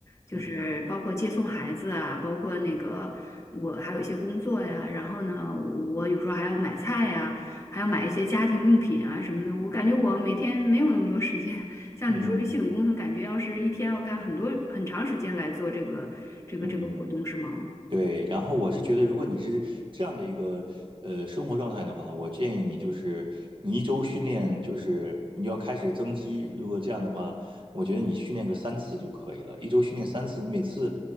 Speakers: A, on the left; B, on the right.
A: 就是包括接送孩子啊，
B: 嗯
A: 包括那个我还有一些工作呀，然后呢，我有时候还要买菜呀，还要买一些家庭用品啊什么的，我感觉我每天没有那么多时间，像你说这系统工程，
B: 嗯
A: 感觉要是一天要干很多很长时间来做这个这个这个活动，
B: 嗯嗯。
A: 是吗？
B: 对，然后我是觉得，如果你是这样的一个呃生活状态的话，我建议你就是你一周训练，就是你要开始增肌。如果这样的话，我觉得你训练个三次就可以了，一周训练三次，你每次